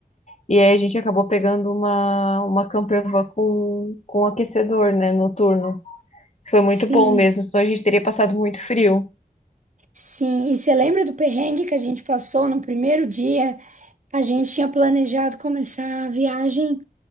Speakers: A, on the left; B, on the right.
A: E aí a gente acabou pegando uma, uma camper van com, com aquecedor, né, noturno. Isso foi muito
B: sim,
A: bom mesmo, senão a gente teria passado muito frio.
B: sim. E você lembra do perrengue que a gente passou no primeiro dia? A gente tinha planejado começar a viagem